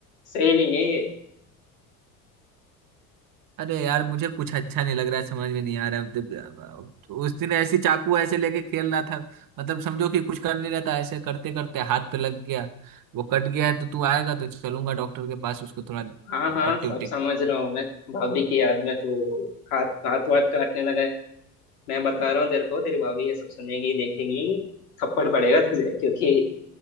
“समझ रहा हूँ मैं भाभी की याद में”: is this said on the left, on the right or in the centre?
Left